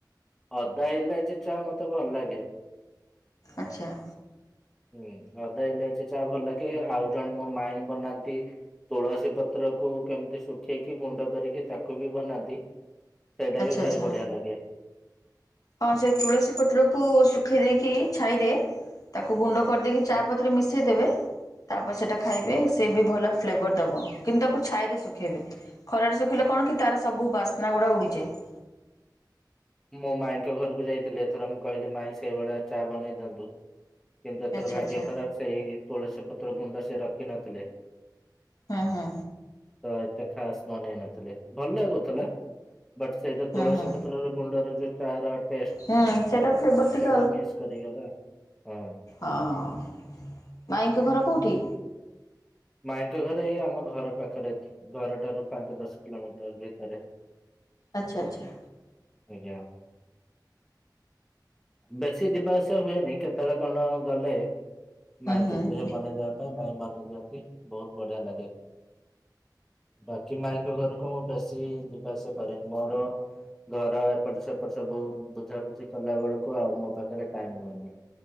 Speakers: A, in the centre; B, on the left.
A: ଅଦା ଇଲାଇଚି ଚାହା ମତେ ଭଲ ଲାଗେ।
B: ଆଚ୍ଛା।
A: ହୁଁ। ଆଦା ଇଲାଇଚି ଚା ଭଲ ଲାଗେ। ଆଉ ଜଣେ ମୋ ମାଇଁ ବନାନ୍ତି ତୁଳସୀ ପତ୍ରକୁ କେମିତି ଶୁଖେଇକି ଗୁଣ୍ଡ କରିକି ତାକୁ ବି ବନାନ୍ତି? ସେଇଟା
B: ଆଚ୍ଛା
A: ବି ଭାରି
B: ଆଚ୍ଛା
A: ବଢିଆ ଲାଗେ।
B: ହଁ, ସେ ତୁଳସୀ ପତ୍ରକୁ ଶୁଖେଇ ଦେଇକି ଛାଇରେ ତାକୁ ଗୁଣ୍ଡ କରିଦେଇକି
A: ଆଜ୍ଞା
B: ଚା ପତିରେ ମିଶେଇ ଦେବେ। ତା ପରେ ସେଇଟା ଖାଇବେ।
A: ଆଜ୍ଞା।
B: ସେ ବି ଭଲ। ଫ୍ଲେଭର୍ ଦେବ କିନ୍ତୁ ତାକୁ ଛାଇରେ ଶୁଖେଇବେ। ଖରାରେ ଶୁଖେଇଲେ କଣ କି ତାର ସବୁ ବାସ୍ନାଗୁଡା ଉଡିଯାଏ?
A: ମୋ ମାଇଁଙ୍କ ଘରକୁ ଯାଇଥିଲି। ଏଥର ମୁଁ କହିଲି ମାଇଁ ସେଇ ଭଳିଆ ଚା ବନେଇ ଦିଅନ୍ତୁ। କିନ୍ତୁ ଏଥର
B: ଆଚ୍ଛା
A: ଭାଗ୍ୟ
B: ଆଚ୍ଛା
A: ଖରାପ। ସେହି ତୁଳସୀ ପତ୍ର ଗୁଣ୍ଡ ସେ ରଖିିନଥିଲେ।
B: ହଁ ହଁ
A: ତ ଏତେ ଖାସ ବନେଇ ନଥିଲେ ଭଲ ଲାଗୁଥିଲା। ବଟ ସେଇ ଯୋଉ
B: ହୁଁ
A: ତୁଳସୀ
B: ହୁଁ
A: ପତ୍ରର ଗୁଣ୍ଡରେ ଯୋଉ ଚାଏରଡ ପେଷ୍ଟେ
B: ହୁଁ ସେଇଟା ଫ୍ଲେଭର୍ ଟିକେ
A: ସେଇଟା ମିସ କରିଗଲା ହଁ।
B: ଅହ ମାଇଁଙ୍କ ଘର କୋଉଠି?
A: ମାଇଁଙ୍କ ଘର ଏଇ ଆମ ଘର ପାଖରେ ଘରଟାରୁ ପାଞ୍ଚ ଦଶ କିଲୋମିଟର ଭିତରେ
B: ଆଚ୍ଛା ଆଚ୍ଛା
A: ଆଜ୍ଞା। ବେଶୀ ଯିବା ଆସିବା ହୁଏନି କେତେବେଳେ କଣ ଗଲେ?
B: ହୁଁ
A: ମାଇଁଙ୍କୁ
B: ହୁଁ
A: କୁହେ
B: ହୁଁ
A: ବନେଇଦବା ପାଇଁ ମାଇଁ ବନେଇ ଦିଅନ୍ତି ବହୁତ ବଢିଆ ଲାଗେ। ବାକି ମାାଇଁଙ୍କ ଘରକୁ ମୁଁ ବେଶୀ ଯିବା ଆସିବା କରେନି ମୋର ଘର ଏପଟ ସେପଟ ସବୁ ବୁଝା ବୁଝି କଲା ବେଳକୁ ଆଉ ମୋ ପାଖରେ ଟାଇମ ରୁହେଁନି।